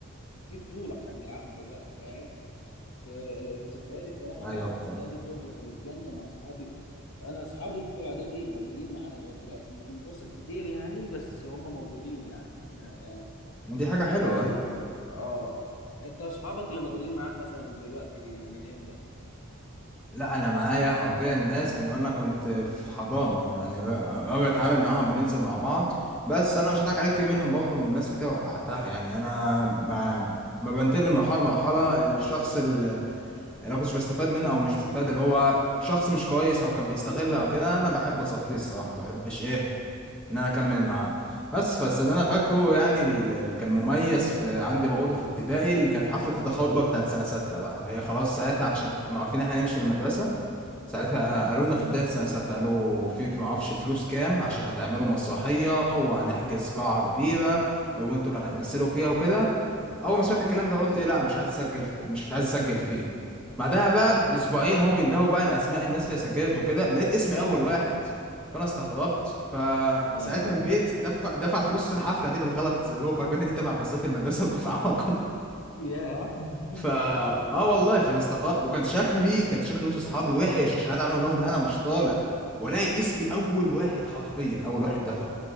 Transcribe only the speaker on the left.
احنا في بطولة احنا بنلعبها دلوقتي فاهم ب- ذكرياتي بصراحة
مع
اعدادي برضو كانت جامدة مع اصحابي انا اصحابي بتوع اعدادي موجودين معايا لغاية دلوقتي مش بنتواصل كتير يعني بس هم موجودين يعني احنا
صحاب
قوي يعني اه انت اصحابك اللي موجودين معاك مثلا دلوقتي بي- من امتى
فاهم
ايوه
يا
يا <laughs>